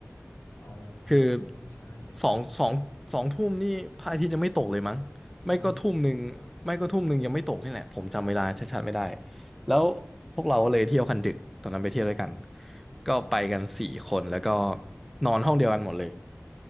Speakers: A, on the left; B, in the centre.
A: อ๋อ
B: คือ
A: ญี่ปุ่นเนี่ยช้าโอเคครับ
B: สองสองสองทุ่มนี่พระอาทิตย์ยังไม่ตกเลยมั้งไม่ก็ทุ่มหนึ่งไม่ก็ทุ่มหนึ่งยังไม่ตกนี่แหละผมจำเวลาชัดๆไม่ได้
A: อือหือ
B: แล้วพวกเราก็เลยเที่ยวคันดึกตอนนั้นไปเที่ยวด้วยกันก็ไปกันสี่คนแล้วก็นอนห้องเดียวกันหมดเลย